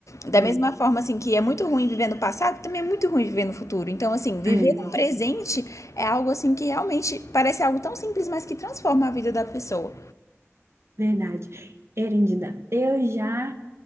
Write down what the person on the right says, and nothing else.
É,
é,
verdade. Erendida, eu já